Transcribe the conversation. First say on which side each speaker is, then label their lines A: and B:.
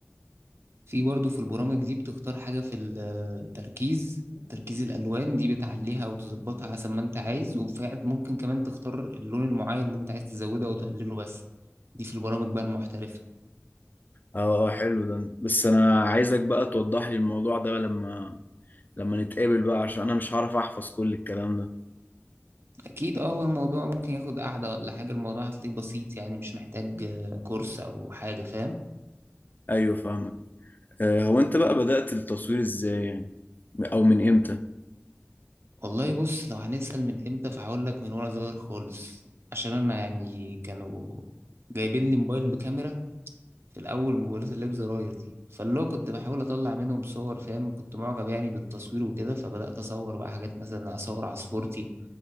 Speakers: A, on the right (about 65°); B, on the left (about 40°).
A: في برضه في البرامج دي بتختار حاجة في التركيز تركيز الألوان دي بتعليها وتظبطها حسب ما أنت عايز وفعلا ممكن كمان تختار اللون المعين اللي أنت عايز تزوده أو تقلله بس دي في البرامج بقى المحترفة
B: اه آه، حلو ده بس انا عايزك بقى توضح لي الموضوع ده لما لما نتقابل بقى عشان انا مش هعرف احفظ كل الكلام ده
A: أكيد أه هو الموضوع ممكن ياخد قعدة ولا حاجة الموضوع هتلاقيه بسيط يعني مش محتاج آه، كورس أو حاجة فاهم
B: ايوه فاهمك آه، هو انت بقى بدأت التصوير ازاي يعني او من امتى
A: والله بص لو هنسأل من امتى فهقول لك من وانا صغير خالص عشان انا يعني كانوا جايبين لي موبايل بكاميرا في الاول موبايلات اللي بزراير دي فاللي هو كنت بحاول اطلع منهم صور فاهم كنت معجب يعني بالتصوير وكده فبدأت اصور بقى حاجات مثلا اصور عصفورتي